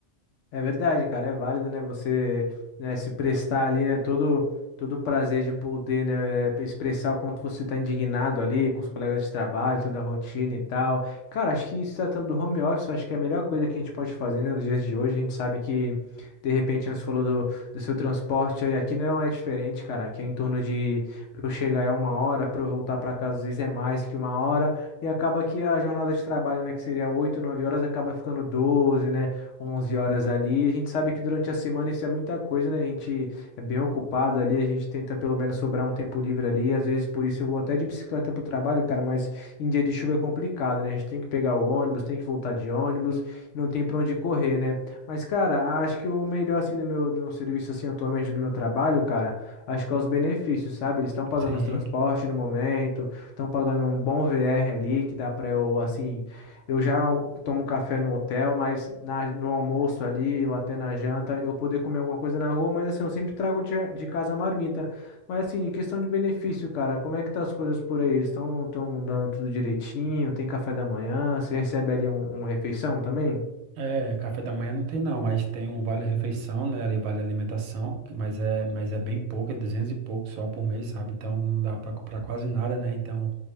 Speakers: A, on the left; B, on the right.
A: É verdade, cara, é válido, né? Você, né, se prestar ali, né, todo todo o prazer de poder, né, eh, expressar o quanto você está indignado ali com os colegas de trabalho, toda a rotina e tal. Cara, acho que se tratando do home office, eu acho que é a melhor coisa que a gente pode fazer, né, nos dias de hoje. A gente sabe que, de repente, você falou do, do seu transporte aí, aqui não é diferente, cara. Aqui é em torno de, para eu chegar é uma hora, para eu voltar para casa às vezes é mais que uma hora, e acaba que a jornada de trabalho, né, que seria 8, 9 horas, acaba ficando 12, né? onze horas ali. A gente sabe que durante a semana isso é muita coisa, né? A gente é bem ocupado ali, a gente tenta pelo menos sobrar um tempo livre ali. Às vezes por isso eu vou até de bicicleta pro trabalho, cara, mas em dia de chuva é complicado, né? A gente tem que pegar o ônibus, tem que voltar de ônibus, não tem pra onde correr, né? Mas, cara, acho que o melhor assim do meu, do meu serviço assim atualmente do meu trabalho, cara, acho que é os benefícios, sabe? Eles estão pagando
B: Sim.
A: os transportes no momento, estão pagando um bom VR ali que dá pra eu assim eu já tomo café no hotel, mas na- no almoço ali ou até na janta eu poder comer alguma coisa na rua, mas assim, eu sempre trago de, de casa a marmita. Mas assim, em questão de benefício, cara, como é que tá as coisas por aí? Eles estão tão tão dando tudo direitinho? Tem café da manhã? Você recebe ali um, um refeição também?
B: É, café da manhã não tem não, mas tem um vale-refeição, né? Ali vale alimentação, que- mas é, mas é bem pouco, é 200 e pouco só por mês, sabe? Então não dá pra comprar quase nada, né? Então